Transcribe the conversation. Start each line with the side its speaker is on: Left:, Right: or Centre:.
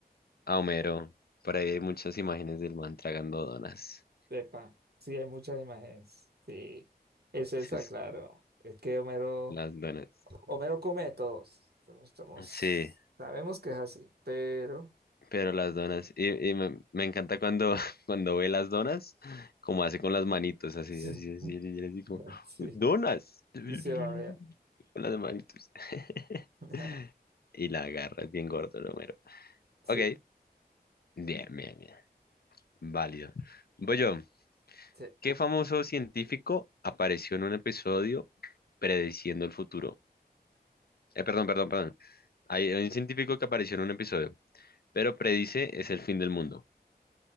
Left: a Homero. Por ahí hay muchas imágenes del man tragando donas.
Right: Epa, sí, hay muchas imágenes. Sí, es esa,
Left: Sí, es-
Right: claro. Es que Homero,
Left: las donas.
Right: Homero come de todos. Estamos, estamos-
Left: Sí,
Right: sabemos que es así, pero
Left: pero las donas. Y, y me, me encanta cuando, <laughs> cuando ve las donas, como hace con las manitos, así,
Right: sí,
Left: así, así,
Right: <laughs>
Left: y así como,
Right: sí,
Left: donas. <laughs> con
Right: y se va a ver.
Left: las manitos. <laughs>
Right: <laughs>
Left: Y la agarra, es bien gordo el Homero.
Right: Sí.
Left: Ok, bien, bien, bien. Válido. Voy yo.
Right: sí.
Left: ¿Qué famoso científico apareció en un episodio prediciendo el futuro? Eh, perdón, perdón, perdón. Hay hay un científico que apareció en un episodio, pero predice es el fin del mundo.